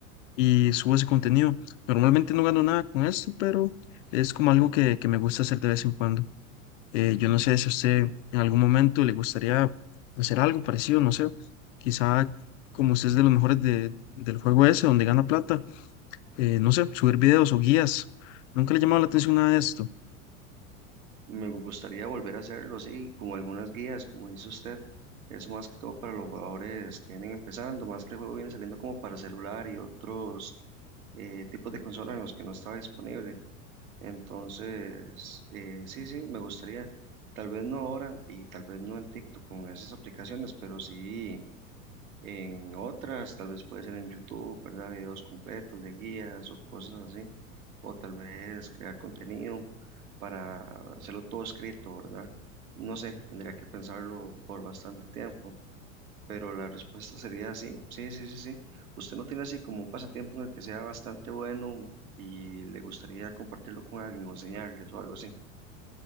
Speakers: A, on the left (about 60°); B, on the right (about 75°).
A: y subo ese contenido. Normalmente no gano nada con esto, pero es como algo que, que me gusta hacer de vez en cuando. Eh, yo no sé si a usted en algún momento le gustaría hacer algo parecido, no sé, quizá como usted es de los mejores de- del juego ese, donde gana plata, eh, no sé, subir videos o guías. Nunca le ha llamado la atención nada de esto.
B: Me gustaría volver a hacerlo así, como algunas guías, como dice usted. Eso más que todo para los jugadores que vienen empezando, más que el juego viene saliendo como para celular y otros eh, tipos de consola en los que no estaba disponible. Entonces, eh, sí, sí, me gustaría, tal vez no ahora y tal vez no en TikTok con esas aplicaciones, pero sí en otras, tal vez puede ser en YouTube, ¿verdad? Videos completos de guías o cosas así, o tal vez crear contenido para hacerlo todo escrito, ¿verdad? No sé, tendría que pensarlo por bastante tiempo. Pero la respuesta sería sí, sí, sí, sí, sí. ¿Usted no tiene así como un pasatiempo en el que sea bastante bueno y le gustaría compartirlo con alguien o enseñarles o algo así?